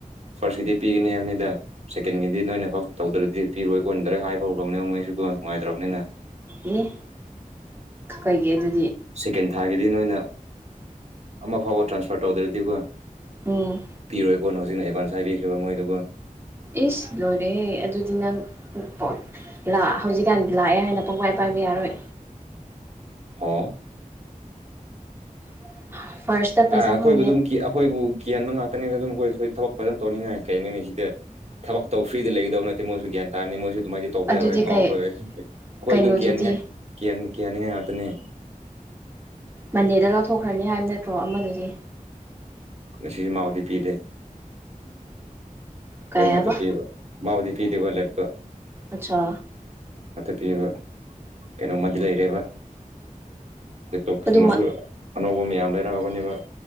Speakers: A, on the right; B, on the right.
A: ꯐꯥꯔꯁꯀꯤꯗꯤ ꯄꯤꯒꯅꯤ ꯍꯥꯏꯕꯅꯤꯗ ꯁꯦꯀꯦꯟꯒꯤꯗꯤ ꯅꯣꯏꯅ ꯐꯛ ꯇꯧꯗ꯭ꯔꯗꯤ ꯄꯤꯔꯣꯏ ꯀꯣꯟꯅ ꯗꯥꯏꯔꯦꯛ ꯍꯥꯏꯕ ꯍꯧꯈ꯭ꯔꯕꯅꯦ ꯃꯣꯏ ꯑꯩꯁꯨꯀꯣ ꯅꯨꯡꯉꯥꯏꯇ꯭ꯔꯕꯅꯤꯅ
B: ꯑꯦ ꯀꯩꯒꯤꯑꯗꯨ
A: ꯁꯦꯀꯦꯟ ꯊꯥꯔꯒꯤꯗꯤ ꯅꯣꯏꯅ ꯑꯃ ꯐꯥꯎꯕ ꯇ꯭ꯔꯥꯟꯁꯐꯔ ꯇꯧꯗ꯭ꯔꯗꯤꯀꯣ
B: ꯎꯝ
A: ꯄꯤꯔꯣꯏꯀꯣꯅ ꯍꯧꯖꯤꯛꯅ ꯑꯦꯗꯚꯥꯟꯁ ꯍꯥꯏꯕꯤꯈꯤꯕ ꯃꯣꯏꯗꯨꯀꯣ
B: ꯏꯁ ꯂꯣꯏꯔꯦ ꯑꯗꯨꯗꯤ ꯅꯪ <unintelligible> ꯍꯧꯖꯤꯛꯀꯥꯟꯗꯤ ꯂꯥꯛꯑꯦ ꯍꯥꯏꯅ ꯄꯪꯄꯥꯏ ꯄꯥꯏ ꯌꯥꯔꯣꯏ
A: ꯍꯣ
B: <inaudible> ꯄꯩꯁꯥ
A: ꯑ ꯑꯩꯈꯣꯏꯕꯨ
B: ꯐꯪꯉꯦ
A: ꯑꯗꯨꯝ ꯑꯩꯈꯣꯏꯕꯨ ꯀꯤꯍꯟꯕ ꯉꯥꯛꯇꯅꯤꯗ ꯑꯗꯨꯝ ꯑꯩꯈꯣꯏ ꯁꯨꯏ ꯊꯕꯛ ꯐꯖꯅ ꯇꯧꯅꯤꯡꯉꯥꯏ ꯀꯩꯅꯣꯅꯤ ꯁꯤꯗ ꯊꯕꯛ ꯇꯧ ꯐ꯭ꯔꯤꯗ ꯂꯩꯒꯗꯧ ꯅꯠꯇꯦ ꯃꯣꯏꯁꯨ ꯒ꯭ꯌꯥꯟ ꯇꯥꯅꯤ ꯃꯣꯏꯁꯨ ꯑꯗꯨꯃꯥꯏꯗꯤ ꯇꯧꯕ
B: ꯑꯗꯨꯗꯤ
A: ꯌꯥꯔꯣꯏ
B: ꯀꯩ
A: ꯉꯥꯎꯈ꯭ꯔ ꯑꯩꯈꯣꯏ
B: ꯀꯩꯅꯣꯗꯨꯗꯤ
A: ꯑꯗꯨꯝ ꯀꯤꯍꯅꯤꯡꯉꯥꯏ ꯀꯤꯍꯟꯅꯤꯡꯉꯥꯏ ꯉꯥꯛꯇꯅꯤꯛ
B: ꯃꯟꯗꯦꯗ ꯂꯧꯊꯣꯛꯈ꯭ꯔꯅꯤ ꯍꯥꯏꯕ ꯅꯠꯇ꯭ꯔꯣ ꯑꯃꯗꯨꯗꯤ
A: ꯉꯁꯤ ꯃꯥꯎꯗꯤ ꯄꯤꯗꯦ
B: ꯀꯩ
A: ꯑꯍꯨꯛ ꯉꯥꯛꯇ
B: ꯍꯥꯏꯕ
A: ꯄꯤꯕ ꯃꯥꯗꯗꯎꯗꯤ ꯄꯤꯗꯦꯕꯣ ꯂꯦꯣ
B: ꯑꯆꯥ
A: ꯄꯤꯔꯕ ꯀꯩꯅꯣꯝꯃꯗꯤ ꯂꯩꯔꯦꯕ ꯂꯦꯞꯇꯣꯞ
B: ꯑꯗꯨꯃ
A: ꯁꯨꯝꯕꯁꯨ ꯑꯅꯧꯕ ꯃꯌꯥꯝ ꯂꯩꯔꯛꯂꯕꯅꯦꯕ